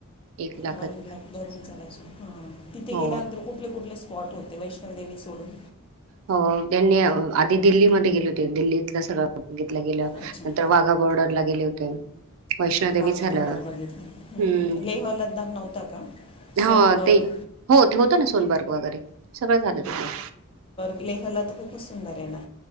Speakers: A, on the right; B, on the left.
A: एकदा
B: वन लॅक भरून लाय तिथे
A: हो
B: गेल्यानंतर कुठले कुठले स्पॉट होते वैष्णव देवी सोडून
A: हो त्यांनी आधी दिल्लीमध्ये गेले होते दिल्लीतला सगळ घितलं गेलं
B: अच्छा
A: नंतर वाघा बॉर्डरला गेले होते वैष्णोदेवी
B: बाघा
A: झालं
B: बॉर्डर बघितली
A: हम्म
B: लेह लद्दाख नव्हता का सोनबर्ग
A: हा ते हो ते होतं ना सोनबर्ग वगैरे सगळं झालं तुमही
B: पल्ईहला त क क सुंदरे ना